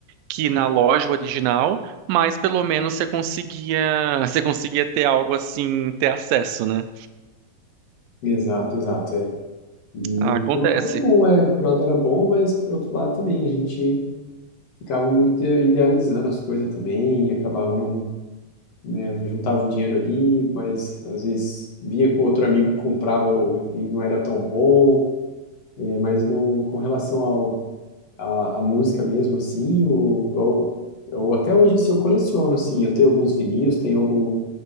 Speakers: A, on the right (about 85°); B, on the left (about 50°).
A: que na loja original, mas pelo menos você conseguia, <laughs> você conseguia ter algo assim, ter acesso, né?
B: Exato, exato, é. E
A: Ah, acontece.
B: por um lado era bom, é, por um lado era bom, mas por outro lado também a gente ficava muito idealizando as coisas também e acabava não né? Juntava o dinheiro ali, mas às vezes via que o outro amigo comprava o- e não era tão bom. É, mas no, com relação ao, à, à música mesmo, assim, o- eu, eu até hoje assim, eu coleciono, assim, eu tenho alguns vinis, tenho algum,